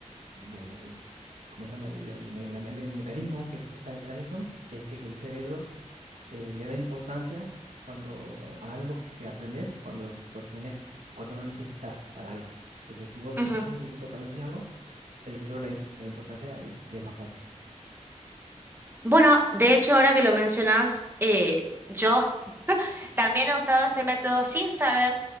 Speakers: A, on the right (about 90°); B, on the right (about 15°).
A: lo- el- ¿cómo se llama? El, el me- la- el me- el mecanismo que está detrás de eso es que el cerebro eh, le da importancia cuando a algo que, que aprendes, cuando lo tenés, cuando lo necesitas para algo. Entonces, si vos decís,
B: ujú.
A: yo lo necesito para enseñarlo, el cerebro le, da im- le da importancia y te es más fácil.
B: Bueno, de hecho, ahora que lo mencionas, eh, yo <laughs> también he usado ese método sin saber